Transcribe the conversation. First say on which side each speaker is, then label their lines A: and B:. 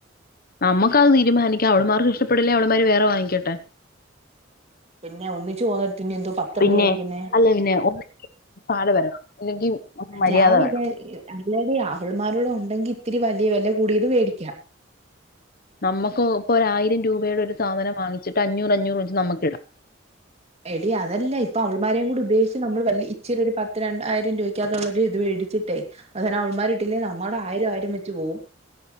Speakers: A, on the left; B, on the right.
A: നമ്മുക്കത് തീരുമാനിക്ക അവള്മാർക്ക് ഇഷ്ട്ടപേടില്ലേ അവള്മാര് വേറെ വാങ്ങിക്കട്ടെ
B: പിന്നെ ഒന്നിച്ചു പോന്നടുത്ത് ഇനി എന്തോ പത്തെ
A: പിന്നെ
B: <unintelligible> മേടിക്കുന്നെ
A: അല്ല പിന്നെ ഒന്ന് താഴെ വരണം ഇല്ലെങ്കിൽ ഒന്ന് മര്യാദ
B: ഞാൻ വിചാരിക്കും
A: വേണം
B: അല്ലടി അവൾമാരുടെ ഉണ്ടെങ്കിൽ ഇത്തിരി വലിയ വില കൂടിയത് മേടിക്കാം
A: നമുക്ക് ഇപ്പൊ ഒരായിരം രൂപയുടെ ഒരു സാധനം വാങ്ങിച്ചിട്ട് അഞ്ഞൂറ് അഞ്ഞൂറ് വച്ച് നമുക്കിടാം
B: എടി അതല്ല ഇപ്പ അവൾമാരേയും കൂടി ഉദ്ദേശിച്ച നമ്മള് വലിയ ഇച്ചിരിതു പത്ത് രണ്ടായിരം രൂപക്കകത്തുള്ളള്ളത് ഇത് മേടിച്ചിട്ടേ അത അവൾ മാരൂടുത്തു പിന്നെ നമ്മടെ ആയിരം ആയിരം വെച്ച് പോവും